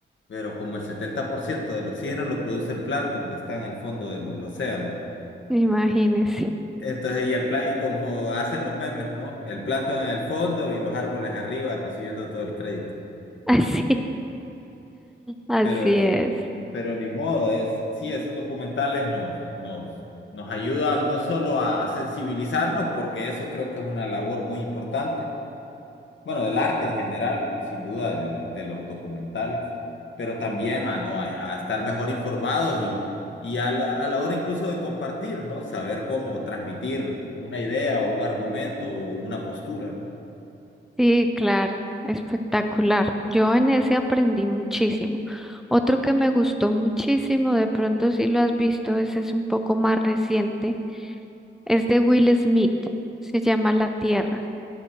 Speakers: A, on the left; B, in the centre.
A: pero como el 70% del oxígeno lo produce el plancton que está en el fondo del océano.
B: imagínese.
A: Eh,
B: <laughs>
A: entonces, y, el, pla- y como <laughs> hacen los memes, ¿no? El plancton en el fondo y los árboles arriba recibiendo todo el crédito.
B: Así, así
A: Pero sí,
B: es.
A: pero ni modo, es, sí, esos documentales nos, nos, nos ayudan no solo a sensibilizarnos, porque eso creo que es una labor muy importante, bueno, del arte en general y sin duda del- de, los documentales, pero también a, no, a, a estar mejor informados y, y a la, a la hora incluso de compartir, ¿no? Saber cómo transmitir una idea o un argumento o una postura, ¿no?
B: Sí, claro, espectacular. Yo en ese aprendí muchísimo. Otro que me gustó muchísimo, de pronto si lo has visto, ese es un poco más reciente, es de Will Smith, se llama La Tierra.